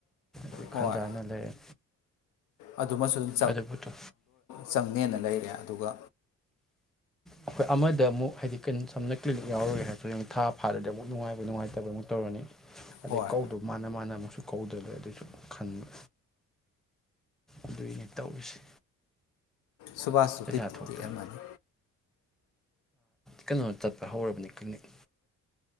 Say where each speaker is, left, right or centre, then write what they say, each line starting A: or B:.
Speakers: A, in the centre; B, on the left.
A: ꯍꯥꯏ
B: ꯍꯣꯏ
A: ꯈꯟꯖꯅ ꯂꯩꯔꯦ
B: ꯑꯗꯨꯃꯁꯨ ꯑꯗꯨꯝ
A: ꯑꯗꯨꯕꯨꯗꯣ
B: ꯆꯪꯅꯦꯅ ꯂꯩꯔꯦ ꯑꯗꯨꯒ
A: ꯑꯩꯈꯣꯏ ꯑꯃꯗ ꯑꯃꯨꯛ ꯍꯥꯏꯗꯤ ꯀ ꯁꯝꯅ ꯀ꯭ꯂꯤꯅꯤꯛ ꯌꯥꯎꯔꯒꯦ ꯍꯥꯏꯔꯗꯤ ꯑꯃꯨꯛ ꯊꯥ ꯐꯥꯔꯗꯤ ꯑꯃꯨꯛ ꯅꯨꯡꯉꯥꯏꯕ ꯅꯨꯡꯉꯥꯏꯇꯕ ꯑꯃꯨꯛ ꯇꯧꯔꯅꯤ꯫ ꯑꯗꯩ
B: ꯍꯣꯏ
A: ꯀꯧꯗꯣ ꯃꯥꯅ - ꯃꯥꯅ ꯑꯃꯨꯛꯁꯨ ꯀꯧꯗꯔꯦ ꯑꯗꯨꯁꯨ ꯈꯟꯕ꯫ ꯑꯗꯨꯏꯅꯦ ꯇꯧꯔꯤꯁꯦ꯫
B: ꯁꯨꯕꯥꯁ ꯁꯨ
A: ꯄꯩꯁꯥ
B: ꯕꯤꯠꯇꯤ
A: ꯊꯣꯛꯇ꯭ꯔꯦ
B: ꯇꯦꯛ ꯑꯝꯃꯅꯤ꯫
A: ꯀꯩꯅꯣ ꯆꯠꯄ ꯍꯧꯔꯕꯅꯤ ꯀꯂꯤꯅꯤꯛ꯫